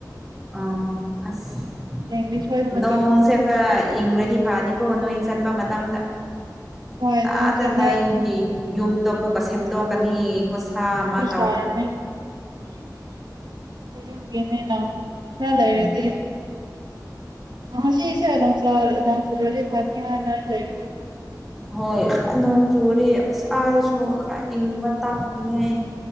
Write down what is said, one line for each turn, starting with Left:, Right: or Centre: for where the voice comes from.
Centre: ꯑꯣ ꯑꯁ
Right: ꯍꯌꯦꯡꯗꯤ ꯁꯣꯏꯗꯅ
Centre: ꯅꯣꯡꯁꯦ
Right: ꯆꯠ
Centre: ꯈꯔ ꯏꯪꯔꯗꯤ ꯐꯥꯅꯤꯀꯣ ꯅꯣꯏ ꯆꯠꯄ ꯃꯇꯝꯗ
Right: ꯍꯣꯏ ꯅꯪꯁꯦ
Centre: ꯑꯥꯗ
Right: ꯈꯔ
Centre: ꯅ ꯑꯩꯒꯤ ꯌꯨꯝꯗꯣ ꯑꯃꯨꯛꯀ ꯁꯦꯝꯗꯣꯛꯀꯅꯤ ꯈꯨꯠꯁꯥ ꯑꯃ
Right: ꯍꯁꯔꯅꯦ
Centre: ꯇꯧꯔꯒ
Right: <inaudible> ꯑꯗꯨꯅꯦ ꯅ ꯈꯔ ꯂꯩꯔꯗꯤ
Centre: ꯎꯝ
Right: ꯎ ꯍ ꯁꯤꯁꯦ <inaudible> ꯅ ꯏ ꯐꯅꯤ ꯂꯩ
Centre: ꯍꯣꯏ ꯅꯣꯡ ꯆꯨꯔꯗꯤ ꯑꯁ ꯑꯥꯗꯁꯨ ꯈꯔ ꯏꯪꯕ ꯇꯞꯅꯤꯡꯉꯩ